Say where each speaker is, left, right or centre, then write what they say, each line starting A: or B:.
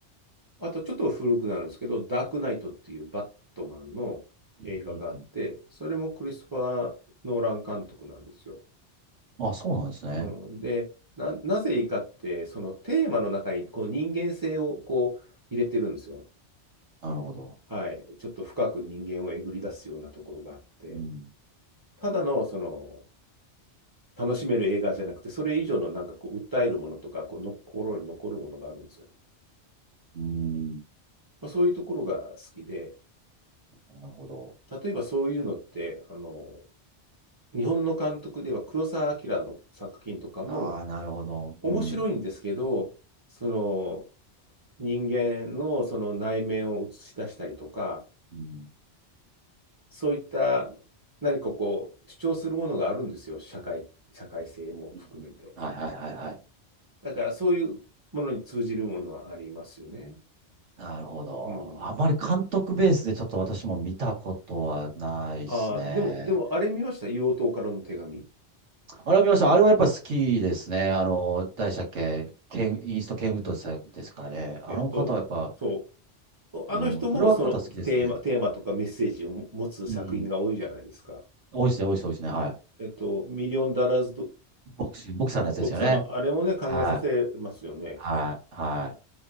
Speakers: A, on the right (about 25°); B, on the right (about 85°).
A: あとちょっと古くなるんですけど、ダークナイトっていうバットマンの映画があって、
B: うんうんう
A: それもクリストファー・ノーラン監督なんですよ。
B: ん、あ、そうなんですね。
A: うん、で、な、なぜいいかって、そのテーマの中にこう人間性をこう入れてるんですよ。
B: なるほど。
A: はい。ちょっと深く人間をえぐり出すようなところがあって、
B: うん。
A: ただのその楽しめる映画じゃなくて、それ以上のなんかこう訴えるものとか、こうの心に残るものがあるんですよ。
B: うん。
A: まあ、そういうところが好きで、
B: なるほど。
A: 例えばそういうのって、あの、日本の監督では黒澤明の作品とかも
B: ああ、なるほど。
A: 面白いんですけど、
B: うん。
A: その人間のその内面を映し出したりとか、
B: うん。
A: そういった何かこう主張するものがあるんですよ、社会、社会性も含めて。
B: うんうんはいはいはいはい。
A: だからそういうものに通じるものはありますよね。
B: なるほど。
A: うん。
B: あまり監督ベースでちょっと私も見たことはないですね。
A: あー、でも、でもあれ見ました硫黄島からの手紙。
B: あれを見ました。あれはやっぱり好きですね。あの、誰でしたっけケン、イースト・ケンウッドでしたですかね。あの方はやっぱ、
A: えっと、そう。あの人もそのテーマ、
B: うん、あれは方好きですね。
A: テーマとかメッセージを持つ作品が多いじゃないですか。
B: うん。多いですね、多いです、多いですね。はい。
A: えっと、ミリオンダラーズド
B: ボクシ、ボクサーのやつですよね。
A: ボクサーの、あれもね、考えさせますよね。
B: はい。はい、はい。